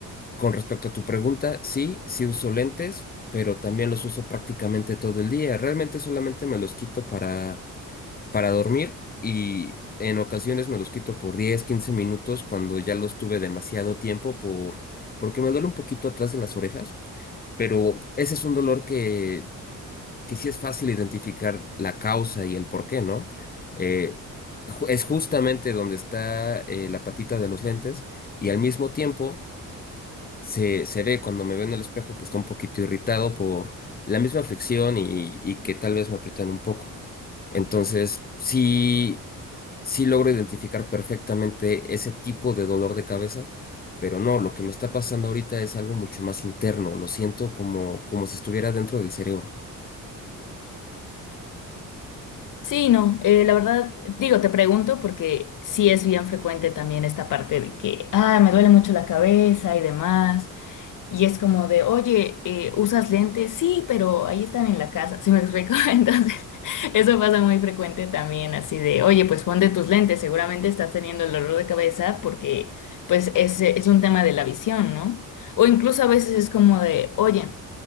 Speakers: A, on the left (about 25°); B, on the left (about 70°).
A: con respecto a tu pregunta, sí, sí uso lentes, pero también los uso prácticamente todo el día. Realmente solamente me los quito para, para dormir y en ocasiones me los quito por 10, 15 minutos cuando ya los tuve demasiado tiempo por, porque me duele un poquito atrás de las orejas, pero ese es un dolor que que sí es fácil identificar la causa y el por qué, ¿no? Eh, ju- es justamente donde está eh, la patita de los lentes y al mismo tiempo se, se ve cuando me veo en el espejo que está un poquito irritado por la misma fricción y, y que tal vez me aprietan un poco. Entonces, sí, sí logro identificar perfectamente ese tipo de dolor de cabeza. Pero no, lo que me está pasando ahorita es algo mucho más interno, lo siento como, como si estuviera dentro del cerebro.
B: Sí, no, eh, la verdad, digo, te pregunto porque sí es bien frecuente también esta parte de que, ah, me duele mucho la cabeza y demás. Y es como de, oye, eh, ¿usas lentes? Sí, pero ahí están en la casa, ¿sí me explico? <laughs> Entonces, eso pasa muy frecuente también, así de, oye, pues pon de tus lentes, seguramente estás teniendo el dolor de cabeza porque, pues, es, es un tema de la visión, ¿no? O incluso a veces es como de, oye,